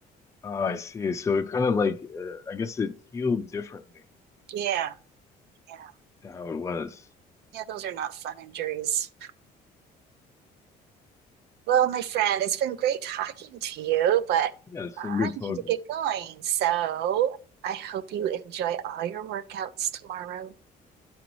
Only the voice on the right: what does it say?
Yeah. Yeah,
yeah, those are not fun injuries. Well, my friend, it's been great talking to you, but
I
need to get going. So I hope you enjoy all your workouts tomorrow.